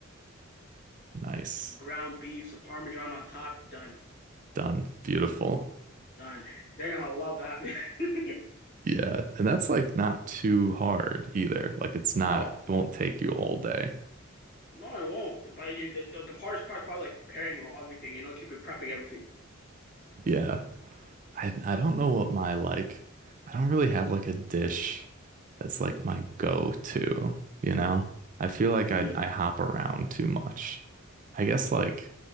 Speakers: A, on the right; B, on the left.
A: Nice.
B: ground beef, some Parmesan on top. Done,
A: Done. Beautiful.
B: done. They're gonna love that. <laughs>
A: Yeah. And that's like not too hard either. Like it's not,
B: No,
A: it won't take you all day.
B: no, it won't. But you, the, the the hardest part's probably like preparing everything. You know, keep it prepping everything.
A: Yeah. I I don't know what my like I don't really have like a dish that's like my go-to, you know? I feel like
B: Mm.
A: I I hop around too much. I guess like